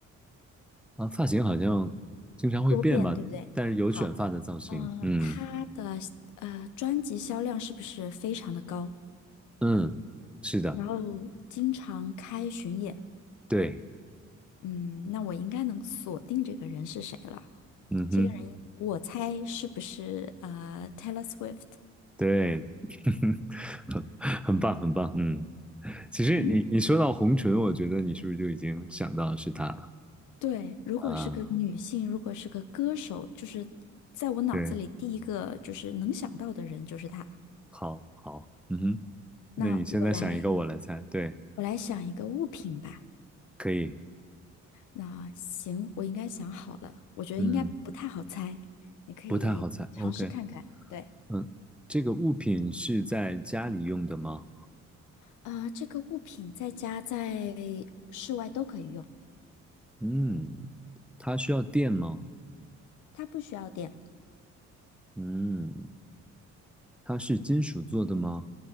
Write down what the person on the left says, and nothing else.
多变，对不对？
好，嗯、
呃她的呃专辑销量是不是非常的高？
然后经常开巡演，
嗯，那我应该能锁定这个人是谁了。
这个人，我猜是不是呃 Taylor Swift？
嗯，
对，如果是个女性，
如果是个歌手，就是在我脑子里第一个就是能想到的人就是她。
那我来，
我来想一个物品吧。
那行，我应该想好了，我觉得应该不太好猜，
你可以尝试看看。
对。
啊，这个物品在家在室外都可以用，
它不需要电。